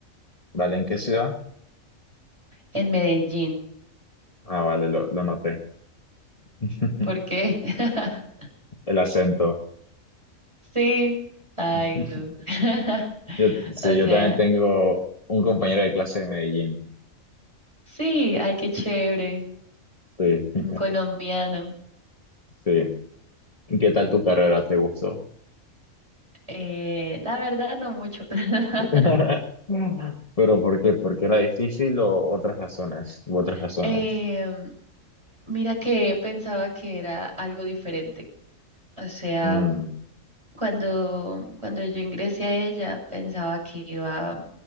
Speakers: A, on the left; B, on the right.
A: ¿Vale? ¿En qué ciudad?
B: en Medellín.
A: Ah, vale, lo, lo noté. <laughs>
B: ¿Por qué? <laughs>
A: El acento.
B: Sí, ay,
A: <laughs>
B: no. <laughs>
A: Yo, sí,
B: O sea,
A: yo también tengo un compañero de clase de Medellín.
B: sí, ay, qué chévere.
A: Sí, <laughs>
B: Un colombiano.
A: sí. ¿Y ¿Qué tal tu carrera? ¿Te gustó?
B: Eh, la verdad, no mucho. <laughs>
A: <laughs> ¿Pero por qué? ¿Porque era difícil o otras razones? ¿U otras razones?
B: Em, mira que pensaba que era algo diferente. O sea,
A: Mm,
B: cuando, cuando yo ingresé a ella, pensaba que iba